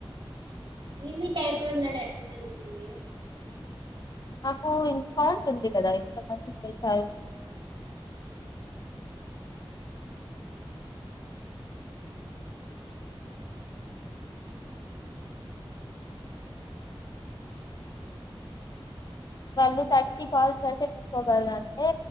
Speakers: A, on the right (about 55°); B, on the left (about 45°).
A: లిమిట్ అయిపోయిందని ఎట్ల తెలుస్తుంది.
B: నాకు ఇన్ఫాంట్ ఉంది కదా ఎంత మంది చేసారు వాళ్ళు థట్టి కాల్స్ కడితే తీసుకోగల అంటే